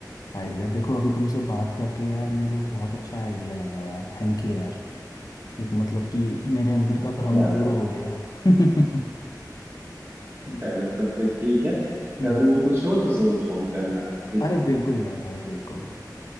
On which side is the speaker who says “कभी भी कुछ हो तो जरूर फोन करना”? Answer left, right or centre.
Right